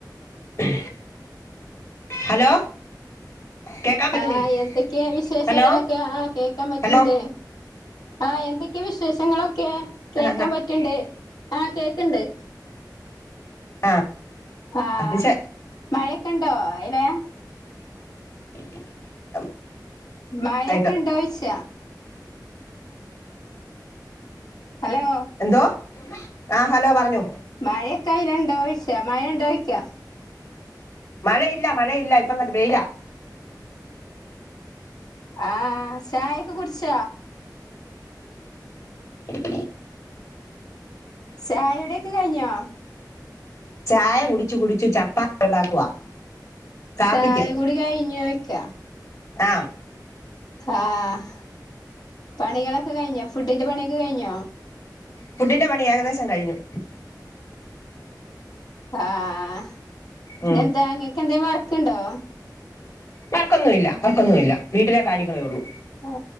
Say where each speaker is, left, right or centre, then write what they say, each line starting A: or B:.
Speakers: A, on the left (about 50°); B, on the left (about 65°).
A: <unintelligible> <unintelligible> Hello കേക്കാൻ പറ്റുന്നില്ലേ
B: ആ എന്തൊക്കെയാ വിശേഷങ്ങളൊക്കെ
A: ഹലോ
B: ആ കേൾക്കാൻ പറ്റണ്ട്,
A: ഹലോ
B: ആ എന്തൊക്കെ വിശേഷങ്ങളൊക്കെ കേൾക്കാൻ
A: ആ
B: പറ്റണ്ട്, ആ കേൾക്കണ്ട്.
A: ആ
B: ആ
A: വിശേ
B: മഴയെക്കെ ഇണ്ടോ ഇ ഏ
A: <unintelligible>
B: മഴയെക്കെ
A: ആയിട്ട്
B: ഇണ്ടോ ഓയിച്ച. ഹലോ
A: എന്തോ ആ ഹലോ പറഞ്ഞു.
B: മഴയെക്കെ അയിലെണ്ടോ ഓയിച്ച മഴയുണ്ടോന്ന് ഓയിച്ച.
A: മഴ ഇല്ല മഴ ഇല്ല ഇപ്പ ഇങ്ങട് വെയില.
B: ആ ചായയൊക്കെ കുടിച്ച.
A: <unintelligible>
B: ചായ കുടിയൊക്കെ കൈഞ്ഞോ?
A: ചായ കുടിച്ചു കുടിച്ചു, ചപ്പാത്തി ഉണ്ടാക്കുവാ. കാപ്പിക്ക്
B: ചായ കുടി കൈഞ്ഞോ ചോയിക്ക.
A: ആ
B: ആഹ് പണികളൊക്കെ കൈഞ്ഞോ ഫുഡിൻ്റെ പണിയൊക്കെ കൈഞ്ഞോ?
A: ഫുഡിൻ്റെ പണി ഏകദേശം കൈഞ്ഞു.
B: ആഹ്
A: ഉം
B: ഇനി എന്താ ഇങ്ങക്ക് <unintelligible> വർക്ക് ഇണ്ടോ?
A: വർക്കൊന്നും ഇല്ല വർക്കൊന്നും ഇല്ല വീട്ടിലെ കാര്യങ്ങളെ ഒള്ളു.
B: ആ